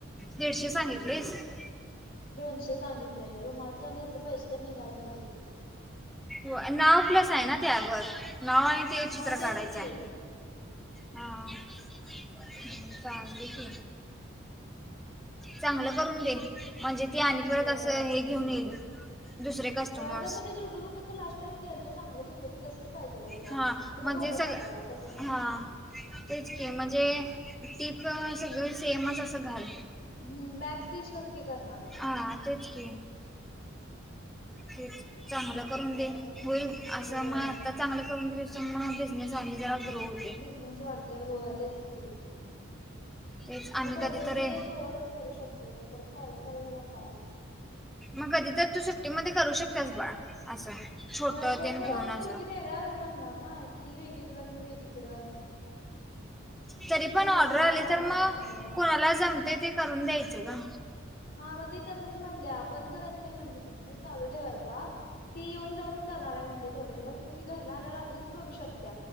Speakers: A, in the centre; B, on the left (about 45°).
A: दीडशे सांगितलिस --
B: दोनशे सांगितलंय रुमालचं आणि ह्याच पैशे तर निघायला पाहिजेत की.
A: हो नाव प्लस आहे ना त्यावर नाव आणि ते
B: हा
A: चित्र
B: तेच
A: काढायचाय
B: की
A: हा. हम् चालतय की. चांगलं करून दे
B: तेच
A: म्हणजे ती आणि परत
B: होय
A: असं हे घेऊन येईल. दुसरे कस्टमर्स
B: होय आता मी ते डोडूबाबूचा लास्ट टाईम केलतो चांगलच होतं की तसंच पाहिजेल हाय तिला
A: हा
B: तिन
A: म्हणजे
B: फोटो
A: सग
B: पाठवला तसंच आहे.
A: हा तेच की म्हणजे टीप सगळी सेमच असं घाल.
B: हम् बॅक स्टिच नच की करणार आय.
A: हा तेच की तेच चांगलं करून
B: बघायचं
A: दे
B: आता
A: होईल. असं
B: होय
A: मग आत्ता चांगलं करून दिलं असं मग बिझनेस आणि जरा ग्रोथ
B: बिझनेस वाढतोय होय तेच की
A: तेच
B: आता
A: आम्ही
B: कॉलेज
A: कधीतरी
B: नाही आहे तोवरच करू शकतोय का परत कॉलेज चालू झाला काय.
A: मग कधी तर तू सुट्टीमध्ये करू शकतास बाळ असं. छोट
B: हो सोडकर
A: ते घेऊन
B: आम्ही
A: असं
B: दोघी वेगळवेगळ्या होणार ना ती वेगळीकडं मी वेगळीकडं
A: तरी पण
B: मी हॉस्टेलला
A: ऑर्डर आली
B: राहणार
A: तर मग
B: म्हणालोय
A: कोणाला जमते ते करून द्यायचं का
B: हा मग ती तसच म्हणल्या बंद करायचं नाही म्हणली बिझनेस चालू ठेवायचा. ती येऊन जाऊनच करणार आहे म्हणली थोडे दिवस म घरला आल्या रात्रीच करू शकत